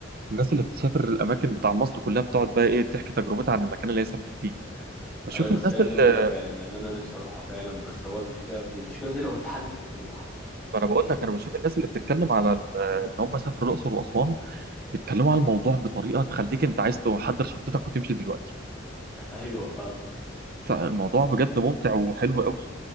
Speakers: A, on the right; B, in the centre.
A: الناس اللي بتسافر الاماكن بتاع مصر كلها بتقعد بقى ايه تحكي تجربتها عن المكان اللي هي سافرت فيه بشوف
B: ايوه بس
A: الناس
B: هي
A: اللي
B: جميله فعلا يعني انا نفسي اروحها فعلا بس هو المشكله في دي المشكله دي لو اتحلت نروح عادي
A: ما انا بقول لك انا بشوف الناس اللي بتتكلم على ال- ان هم سافروا الاقصر واسوان بيتكلموا على الموضوع بطريقه تخليك انت عايز تحضر شنطتك وتمشي دلوقتي
B: <laughs> ايوه فاهم
A: فالموضوع بجد ممتع وحلو قوي